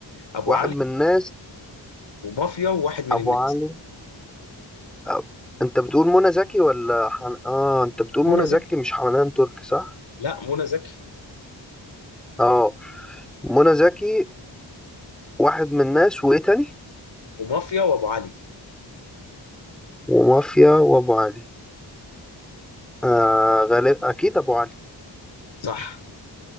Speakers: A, on the left; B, in the centre.
A: أبو
B: واحد
A: علي
B: من الناس
A: ومافيا وواحد من
B: ابو
A: الناس
B: علي آه، انت بتقول منى زكي ولا حن... اه انت بتقول
A: منى
B: منى
A: زكي
B: زكي مش حنان ترك صح
A: لا منى زكي
B: اه منى زكي واحد من الناس وايه تاني
A: ومافيا وأبو علي
B: ومافيا وابو علي آه غالب اكيد ابو علي
A: صح